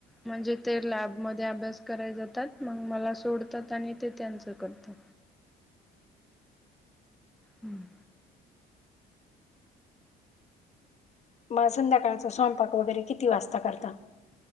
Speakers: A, in the centre; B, on the left.
A: म्हणजे ते लॅबमध्ये अभ्यास कराय जातात मग मला सोडतात आणि ते त्यांचं करतात. हम्म.
B: मग संध्याकाळचा स्वयंपाक वगैरे किती वाजता करता?